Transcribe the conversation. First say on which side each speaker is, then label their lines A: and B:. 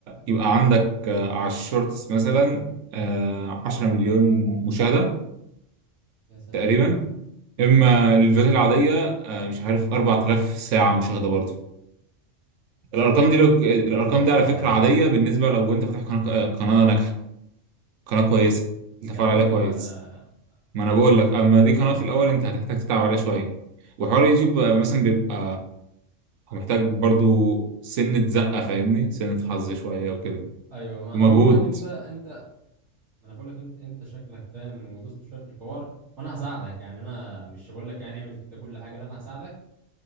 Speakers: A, on the right; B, on the right.
A: يبقى عندك آه، على الشورتس مثلا آه، 10 مليون مشاهدة
B: يا سنه
A: تقريبا
B: سوخه
A: اما الفيديوهات العادية آه، مش عارف 4000 ساعة مشاهدة برضه الارقام دي لو الارقام
B: ده
A: دي على فكره عاديه بالنسبه لو انت فاتح قناه قناه ناجحه قناه كويسه انت
B: ده
A: فاعل
B: لو
A: عليها كويس
B: بقى ده
A: ما انا بقول لك
B: عاديه
A: اما دي
B: يا اسطى
A: قناه في الاول انت هتحتاج تتعب عليها شويه وحوار اليوتيوب آه، مثلا بيبقى هو محتاج برضو سنه زقه فاهمني سنه حظ شويه وكده
B: ايوه ما انا
A: ومجهود
B: بقول لك انت انت ما انا بقول لك انت انت شكلك فاهم ودوست شويه في الحوار وانا هساعدك يعني انا مش هقول لك يعني اعمل انت كل حاجه لا انا هساعدك